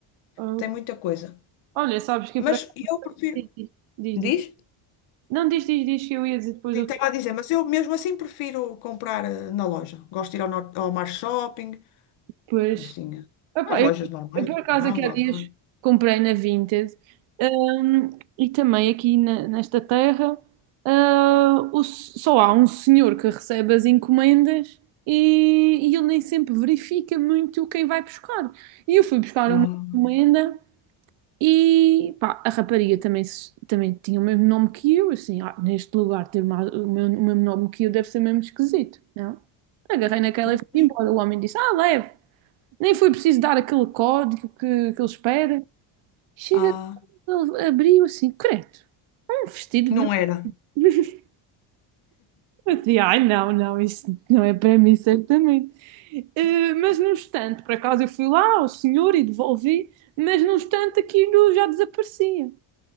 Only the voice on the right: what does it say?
ah,
olha, sabes que
eu por acaso.
Diz, diz, diz.
diz. Não, diz, diz, diz que eu ia dizer depois
outra.
Pois.
Epá,
eu,
eu por acaso
aqui há
dias comprei na Vinted, hum, e também aqui na- nesta terra, ah, o s- só há um senhor que recebe as encomendas e, e ele nem sempre verifica muito quem vai buscar. E eu fui buscar
uma encomenda e pá, a rapariga também, se- também tinha o mesmo nome que eu, assim, "Ah, neste lugar ter mais- o, meu- o mesmo nome que eu deve ser mesmo esquisito, não? Agarrei naquela
e fui embora. O homem disse, ah, leve. Nem foi preciso dar aquele código que, que ele espera. Chega,
ele abriu assim, credo, um vestido
vermelho.
<laughs> Eu dizia, ai não, não, isso não é para mim, certamente. Eh, mas no instante, por acaso eu fui lá ao senhor e devolvi, mas no instante aquilo já desaparecia.